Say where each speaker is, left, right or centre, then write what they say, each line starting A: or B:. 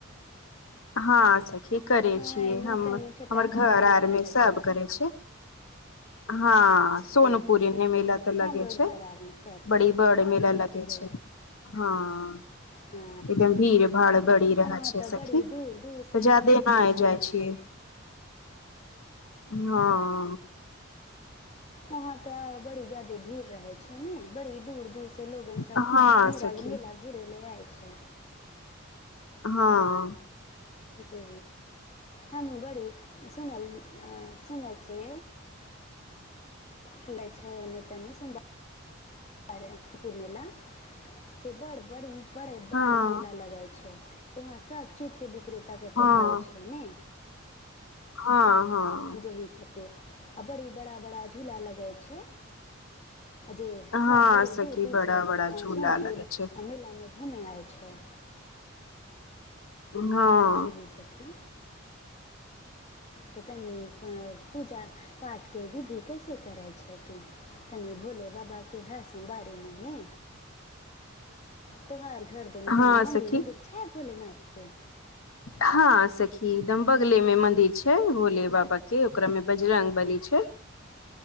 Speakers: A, on the left; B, on the left.
A: हँ सखी करे
B: हँ
A: छियै
B: एनहु
A: हम
B: तनी छोटा
A: हमर घर
B: मोटा
A: आर
B: मेला
A: मे सब
B: लगै
A: करे छै हँ सोनपुरी
B: हँ
A: ने मेला तऽ
B: हमरो
A: लगे छै
B: घर आरमे सब करै
A: बड़ीबड़
B: छै
A: मेला लगे
B: से
A: छै हँ
B: हँ
A: एकदम भीड़ भाड़ बढ़ि रहय
B: वहाँ
A: छै
B: तऽ बड़ी
A: तऽ
B: दूर दूर से
A: जादे नहि आइ
B: हँ
A: जाइ छियै हँ
B: वहाँ तऽ बड़ी जादे भीड़ रहे छै ने बड़ी दूर दूरसँ लोगन सबेला
A: हँ सखी
B: मेला घुरै लए आइ छै
A: हँ
B: जी हमू बड़ी सुनल सुनै छ कै छै ओ नहि तनी समभ कुपुर मेला से बड़ बड़ी बड़ बड़
A: हँ
B: मेला लगल छै वहाँ सभचीजके विक्रेतााके
A: हँ
B: तऽ होइ छै ने
A: हँ हँ
B: जेह खतिर आ बड़ी बड़ा बड़ा झूला लगै छै जी सब
A: हँ
B: बड़ी
A: सखी
B: दूर दूर
A: बड़ा
B: से
A: बड़ा झूला
B: सोनपुर
A: लगे छै
B: मेल में घूमेै आएे छै
A: हँ
B: जे होइ छथिन त तनी पूजा पाठ के विधि कैसे करै छै तू तनी भोले बाबाे हँ सं् बारे नने त्यौहार घर दे ने
A: हँ
B: तनी मन्दिर
A: सखी
B: हर पछ ह भोलेनााथके
A: हँ सखी दम बगले में मंदिर छै भोले बाबा के ओकरा में बजरंग बली छै